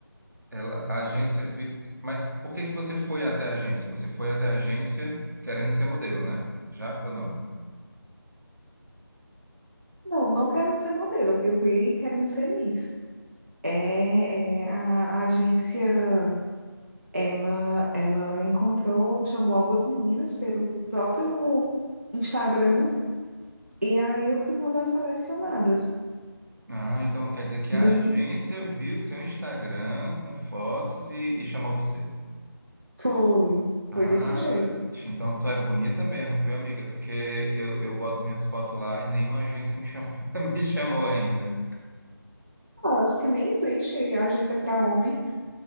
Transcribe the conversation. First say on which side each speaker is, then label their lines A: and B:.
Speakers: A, on the right (about 50°); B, on the right (about 35°).
A: ela, a agência... Vi... Mas por que que você foi até a agência? Você foi até a agência querendo ser modelo, né? Já ou não?
B: Não, não quero ser modelo. Eu fui querendo ser Miss. É, é, a, a agência, ela, ela encontrou, chamou algumas meninas pelo próprio Instagram e aí eu fui uma das selecionadas.
A: Ah, então quer dizer que
B: Entendi.
A: a agência viu seu Instagram com fotos e, e chamou você.
B: Foi,
A: Ah,
B: foi desse jeito.
A: então tu é bonita mesmo, viu, amiga? Porque eu, eu boto minhas fotos lá e nenhuma agência me chamou, <laughs> me chamou ainda.
B: Ah, acho que nem existe agência para homem.